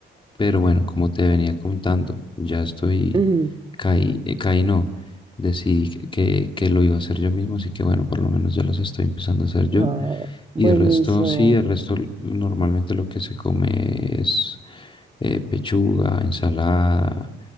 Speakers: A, on the left (about 25°); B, on the right (about 25°).
A: pero bueno, como te venía contando, ya estoy,
B: ujú.
A: caí, eh, caí no, decidí que, que- que lo iba a hacer yo mismo, así que bueno, por lo menos ya los estoy empezando a hacer yo.
B: No, buenísimo.
A: Y el resto, sí, el resto l- normalmente lo que se come es eh, pechuga, ensalada,